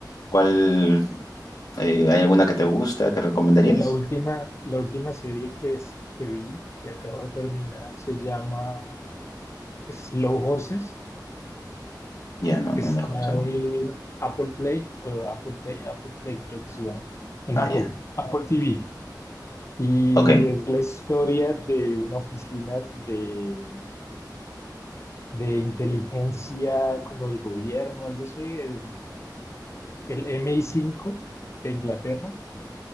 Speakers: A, on the left; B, on the left.
A: ¿cuál, eh, hay alguna que te gusta, que recomendarías?
B: La última, la última serie que, es, que vi, que acabo de terminar, se llama Slow Horses.
A: Ya, no, no,
B: Está
A: no he escuchado.
B: en Apple Play, o Apple Play, Apple Play creo que se llama. En
A: Ah,
B: Apple,
A: ya.
B: Apple TV. Y
A: Ok,
B: es la historia de una oficina de, de inteligencia como del gobierno o algo así, en el MI5 de Inglaterra.